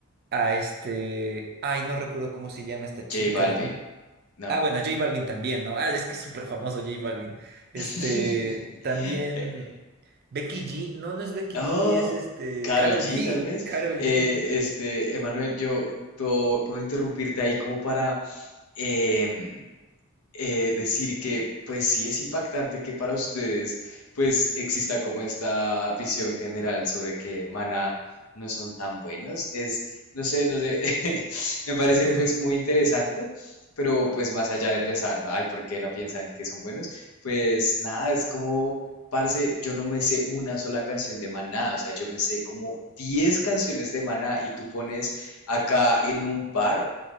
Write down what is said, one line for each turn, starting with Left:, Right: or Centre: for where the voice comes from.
Right: a este, ay, no recuerdo cómo se llama esta
Left: <laughs>
Right: chica,
Left: J Balvin, no.
Right: Ah, bueno, J Balvin también, ¿no? Ah, es que es súper famoso J Balvin. Este,
Left: <laughs>
Right: también Becky G. No, no es Becky
Left: Oh,
Right: G, es este,
Left: Karol
Right: Carol
Left: G,
Right: G.
Left: tal vez.
Right: Carol
Left: Eh,
Right: G.
Left: este, Emanuel, yo puedo, puedo interrumpirte ahí como para, em, eh, decir que, pues sí es impactante que para ustedes, pues exista como esta visión general sobre que Maná no son tan buenos. Es, no sé, no sé, <laughs> me parece
Right: <laughs>
Left: pues muy interesante, pero pues más allá de pensar, ¿no? Ay, ¿por qué no piensan que son buenos? Pues nada, es como, parce, yo no me sé una sola canción de Maná, o sea, yo me sé como 10 canciones de Maná y tú pones acá en un bar,